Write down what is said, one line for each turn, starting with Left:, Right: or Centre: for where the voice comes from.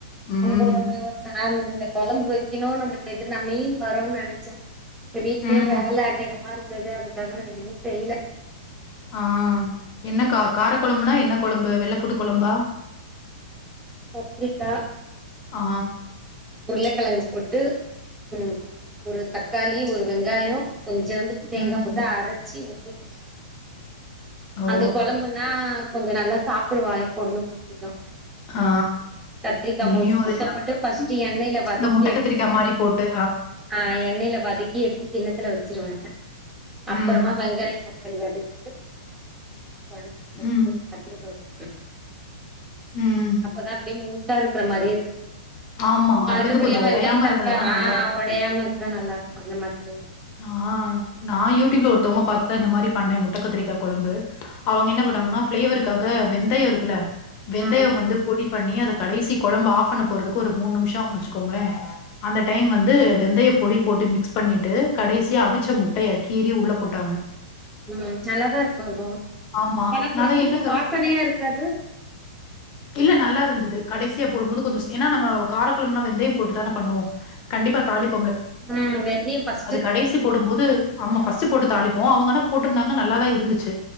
Left: ம்.
Right: நம்ம ஒண்ணு ஒண்ணு இந்த கொழம்பு வெக்கணு நம்ம நேத்து நா மீன் வருன்னு நெனச்ச இப்ப வீட்லயு
Left: ம்.
Right: வேல அதிகமா இருக்கு ந்தது அதுக்காக நா எதுவுமே செய்யல
Left: ஆ என்ன கா காரக்குழம்புனா என்ன கொழம்பு வெள்ளப்பூண்டு கொழம்பா
Right: கத்ரிக்கா
Left: ஆ
Right: உருளக்கிழங்கு போட்டு ம் ஒரு தக்காளி ஒரு வெங்காயோ கொஞ்சோண்டு தேங்கா
Left: ம்.
Right: போட்டு அரைச்சி ஊத்தி வச்ச
Left: ஓ!
Right: அந்த கொழம்புன்னா கொஞ்சோ நல்லா சாப்புடுவ என் பொன்னனுக்கு புடிக்கு
Left: ஆ
Right: கத்திரிக்கா
Left: இங்கேயும்
Right: முழுசு முழுசாப்
Left: அதேதான்.
Right: போட்டு ஃபஸ்ட்டு
Left: ம்.
Right: எண்ணெயில வதக்கி
Left: இந்த முட்ட
Right: எடுத்து
Left: கத்திரிக்கா
Right: வச்சுட்
Left: மாரி போட்டு.
Right: ஆ எண்ணெயில வதக்கி எடுத்து கிண்ணத்தில வச் வச்சிருவே
Left: ம்,
Right: அப்புறமா வெங்காயம் தக்காளி வதக்கிட்டு கொழம்பு கொதிக்கவு
Left: ம்,
Right: கத்திரக்காவப் போட்ருவே
Left: ம்.
Right: அப்பதான் அப்பிடியே முழுசா இருக்கிற மாரியே இரு
Left: ஆமா.
Right: மறுபடியும்
Left: அது வந்து கொஞ்சம் உடையாம
Right: வெங்காய தக்காய்
Left: இருந்ததுன்னா
Right: ஆ
Left: நல்லாருக்கும்.
Right: ஒடையாம இருந்தா நல்லா இருக்கும் அந்த மாரி செய்வே
Left: ஆ ஆ நான் யூடியூப்ல ஒருத்தவங்க பாத்துதா இந்த மாதிரி பண்ணே முட்டக்கத்திரிக்கா கொழம்பு அவங்க என்ன போட்டாங்கன்னா ஃப்ளேவ க்காக வெந்தயம் இருக்குல்ல வெந்தயம்
Right: ம்
Left: வந்து பொடி பண்ணி அதக் கடைசி கொழம்பு ஆஃப் பண்ணப் போறதுக்கு ஒரு மூணு நிமிஷம் வச்சுக்கோங்களேன் அந்த டைம் வந்து வெந்தயம் பொடி போட்டு மிக்ஸ் பண்ணிட்டு கடைசியா அவிச்ச முட்டையக் கீறி உள்ள போட்டாங்க
Right: ம் நல்லாதான் இருக்கும் இதுவும்
Left: ஆமா.
Right: ஆனா
Left: நான்
Right: வெந்தயம்
Left: தான் என்னங்க
Right: வாசனையா இருக்காது
Left: இல்ல நல்லா இருந்தது கடைசியா போடும் போது கொஞ்சம் ஏன்னா நம்ம காரக்கொழம்புன்னா வெந்தயம் போட்டுத்தானே பண்ணுவோ கண்டிப்பா தாளிப்
Right: ம் வெந்தயம் ஃபஸ்ட்
Left: அது கடைசி போடும்போது அம்மா ஃபஸ்ட் போட்டு தாளிப்போம் அவங்க ஆனா போட்டிருந்தாங்க நல்லாதான் இருந்துச்சு